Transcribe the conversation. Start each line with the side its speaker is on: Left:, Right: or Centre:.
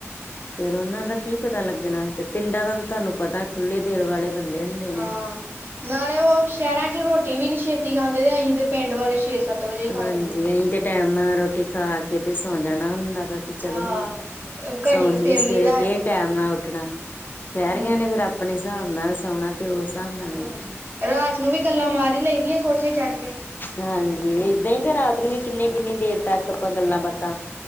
Left: ਫਿਰ ਉਹਨਾਂ ਦਾ ਕੀ ਪਤਾ ਲੱਗਣਾ, ਤੇ ਪਿੰਡਾਂ ਦਾ ਤਾਂ ਤੁਹਾਨੂੰ ਪਤਾ ਖੁੱਲੇ ਦਿਲ ਵਾਲੇ ਬੰਦੇ ਹੁੰਦੇ ਨੇ।
Right: ਹਾਂ। ਨਾਲੇ ਉਹ ਸ਼ਹਿਰਾਂ ਚ' ਰੋਟੀ ਵੀ ਨੀ ਛੇਤੀ ਖਾਂਦੇ ਤੇ ਅਸੀਂ ਤੇ ਪਿੰਡ ਵਾਲੇ ਛੇ- ਸੱਤ ਵਜੇ ਖਾ
Left: ਹਾਂਜੀ।
Right: ਲੈਂਦੇ।
Left: ਅਸੀਂ ਤੇ ਟੈਮ ਨਾਲ ਰੋਟੀ ਖਾ ਕੇ ਤੇ ਸੌ ਜਾਣਾ ਹੁੰਦਾ ਵਾ। ਚਲੋ
Right: ਆਹ
Left: ਹੁਣ,
Right: ਘੜੀ
Left: ਸੌ
Right: ਕੁ
Left: ਜਈਏ
Right: ਫੇਰ ਲਈ
Left: ਸਵੇਰੇ
Right: ਦਾ
Left: ਫ ਟੈਮ ਨਾਲ ਉੱਠਣਾ। ਸ਼ਹਿਰੀਆਂ
Right: ਹੂੰ
Left: ਨੇ ਫੇਰ ਆਪਣੇ ਹਿਸਾਬ ਨਾਲ ਸੌਣਾ ਤੇ ਉਸ ਹਿਸਾਬ ਨਾਲ ਹੀ
Right: ਹਾਂ।
Left: ਉਠਣਾ।
Right: ਰਾਤ ਨੂੰ ਵੀ ਗੱਲਾਂ ਮਾਰੀ ਲਈ ਦੀਆਂ ਕੋਠੇ ਚੜ੍ਹ ਕੇ।
Left: ਹਾਂਜੀ ਏਦਾਂ ਈ ਤੇ ਰਾਤ ਨੂੰ ਕਿੰਨੇ ਕਿੰਨੀ ਦੇਰ ਤੱਕ ਆਪਾਂ ਗੱਲਾਂ ਬਾਤਾਂ